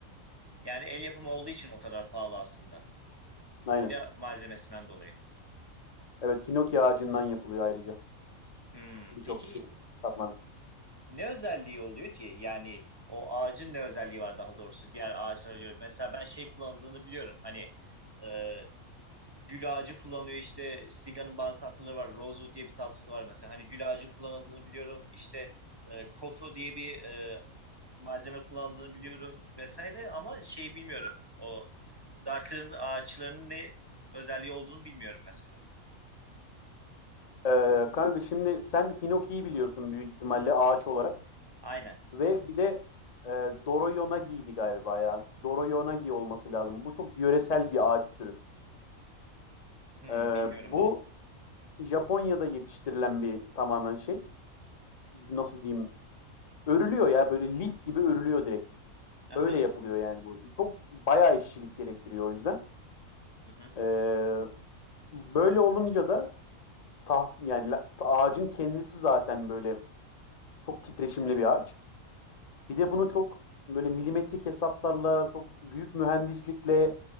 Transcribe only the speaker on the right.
Yani el yapımı olduğu için o kadar pahalı aslında.
Bir de malzemesinden dolayı.
Hmm,
peki
Ne özelliği oluyor ki? Yani o ağacın ne özelliği var daha doğrusu diğer ağaçlara göre? Mesela ben şey kullanıldığını biliyorum. Hani e, gül ağacı kullanılıyor işte Siga'nın bazı tatlıları var. Rosewood diye bir tatlısı var mesela. Hani gül ağacı kullanıldığını biliyorum. İşte e, koto diye bir e, malzeme kullanıldığını biliyorum vesaire ama şeyi bilmiyorum. O Darker'ın ağaçlarının ne özelliği olduğunu bilmiyorum mesela.
Aynen.
Hmm,
bilmiyorum
bunu.
Aha.
Hı hı.